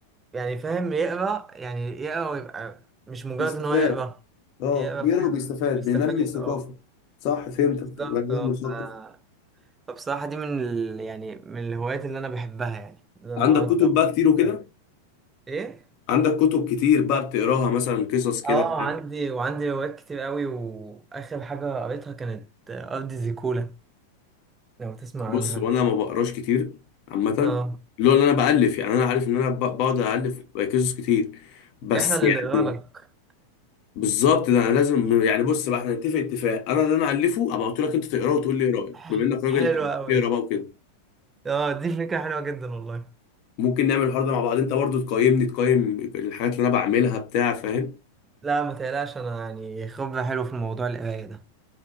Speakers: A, on the right; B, on the left.
A: يعني فاهم يقرا يعني يقرا ويبقى مش مجرد
B: بيستفاد
A: ان هو يقرا
B: اه
A: يقرا
B: بيقرا
A: فاهم
B: وبيستفاد
A: بيستفاد
B: بينمي الثقافة
A: اه
B: صح فهمتك
A: بالظبط
B: بني
A: اه
B: آدم مثقف
A: ف... فبصراحة دي من ال... يعني من الهوايات اللي انا بحبها يعني ان انا
B: عندك
A: اقعد
B: كتب
A: أقرأ.
B: بقى كتير وكده
A: ايه
B: عندك كتب كتير بقى بتقراها مثلا قصص كده
A: اه
B: بتاع
A: عندي وعندي روايات كتير قوي واخر حاجه قريتها كانت ارض زيكولا لو تسمع
B: بص
A: عنها
B: وانا ما بقراش كتير عامة
A: اه
B: اللي هو اللي انا بألف يعني انا عارف ان انا ب- بقعد ألف قصص كتير بس
A: احنا اللي
B: يعني
A: نقرا لك
B: بالظبط ده انا لازم يعني بص بقى احنا نتفق اتفاق انا اللي انا الفه ابقى قلت لك انت تقراه وتقول لي ايه رايك
A: <laughs>
B: بما انك راجل
A: حلوه قوي
B: بتقرا بقى وكده
A: اه دي فكره حلوه جدا والله
B: ممكن نعمل الحوار ده مع بعض انت برضو تقيمني تقيم الحاجات اللي انا بعملها بتاع فاهم
A: لا ما تقلقش انا يعني خبره حلوه في الموضوع القرايه ده